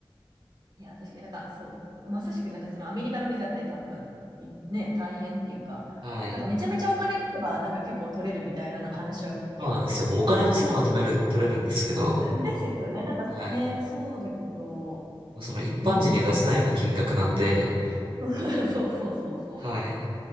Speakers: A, on the right (about 50°); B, on the right (about 70°).
A: いや、確かになんかそう、まさしくなんかそのアメリカのビザって多分いね、大変っていうか、
B: はい。
A: なんかめちゃめちゃお金があればなんか結構取れるみたいなの話は聞くけど、
B: あ、そうなんですよ。もうお金を積めば止める、
A: でも、
B: 取れるんですけど、
A: ですよね、なんかね、
B: はい。
A: そうだけど、
B: その一般人には出せないような金額なんで、
A: ね、なかなか、<laughs> そうそうそうそ
B: はい。